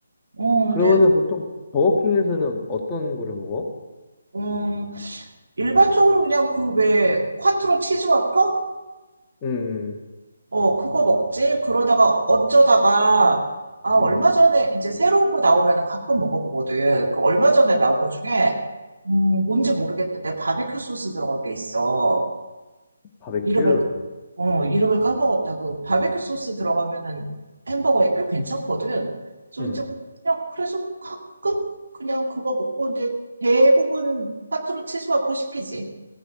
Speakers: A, on the right; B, on the left.
A: 어, 근데,
B: 그러면은 보통 버거킹에서는 어떤 거를 먹어?
A: 음, 일반적으로 그냥 그, 왜, 콰트로 치즈 와퍼?
B: 음,
A: 어, 그거 먹지? 그러다가 어쩌다가, 아, 얼마
B: 음.
A: 전에, 이제 새로운 거 나오면 가끔 먹어보거든. 그 얼마 전에 나온 거 중에, 음, 뭔지 모르겠는데, 바베큐 소스 들어간 게 있어.
B: 바베큐?
A: 이름을, 어, 이름을 까먹었다. 그 바베큐 소스 들어가면은 햄버거에 꽤 괜찮거든. 그래서
B: 음.
A: 이제 뭐 그냥, 그래서 가끔 그냥 그거 먹고, 근데 대부분 파트로 치즈버거 시키지.